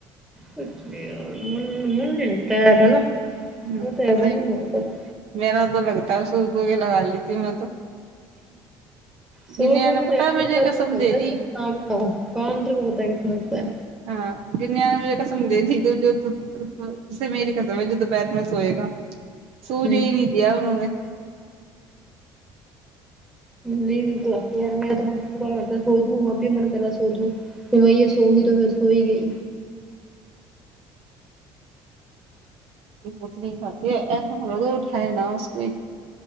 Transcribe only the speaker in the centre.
کچھ نہیں یار مول نے بتایا تھا نا
وہ تو یار من
لگتا تھا
سو
سو
کے ٹائم
ک لگتا
ہے
کام کا ہو کام نا ہوتا ہے کسی سے
ہوں
نیند تو اتی ہے یار میرا تو من کرتاہے سوجوں ہ اب بھی من کرا سوجوں پھر وہی ہیں سوگی تو پھر سو ہی گئی